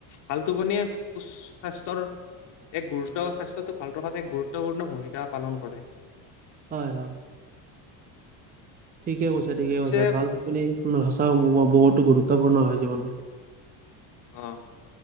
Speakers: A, on the left (about 60°); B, on the right (about 20°).
A: ভাল টোপনিয়ে সু-স্বাস্থ্যৰ এক গুৰুত্ব স্বাস্থ্যটো ভাল ৰখাত এক গুৰুত্বপূৰ্ণ ভূমিকা পালন কৰে।
B: হয়-হয়। ঠিকে কৈছা, ঠিকে
A: পিছে
B: কৈছা। ভাল টুপনি সঁচাও বহুতো গুৰুত্বপূৰ্ণ হয় জীৱনত।
A: অ',